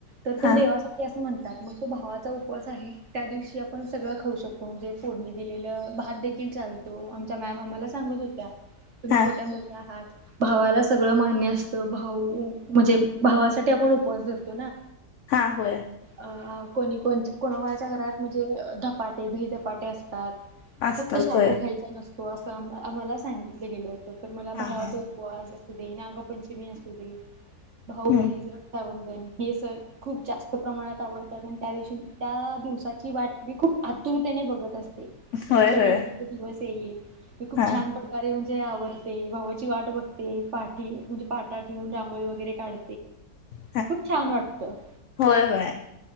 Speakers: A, on the right; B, on the left.
A: तर तो
B: हा
A: देवासाठी असं म्हणतात मग ते भावा चा उपवास आहे त्या दिवशी आपण सगळं खाऊ शकतो. म्हणजे फोडणी दिलेलं भात देखील चाल तो आमचा मॅम आम्हाला सांगत होत्या तुम्ही
B: हा
A: छोट्या मुली आहात. भावाला सगळं मान्य असतं, भाऊ म्हणजे भावासाठी आपण उपवास धरतो ना
B: हां होय.
A: अ कोणी कोणा कोणाच्या घरात धपाटे दहीधपाटे असतात.
B: असताच
A: फक्त शाबू
B: होय
A: खायचा नसतो असं आम्हाला सांगितलं गेलं होतं, तर मला
B: हा
A: भावाच
B: हा
A: उपवास असू दे नागपंचमी असू दे भाऊबीज
B: हम्म
A: रक्षाबंधन हे सणअसू दे रक्षाबंधन हे स- खूप जास्त प्रमाणात आवडतात आणि त्या दिवशी त्या दिवसाची वाट मी खूप आतुरतेने बघत असते. म्हणजे
B: होय
A: कधी
B: होय
A: एकदा तो दिवस येईल मी खूप
B: हा
A: छान प कारे म्हणजे आवरते, भावाची वाट बघते, पाठी म्हणजे पाठा ठेऊून रांगोळी वगैरे काढ
B: <unintelligible>
A: खूप छान वाटतं.
B: होय होय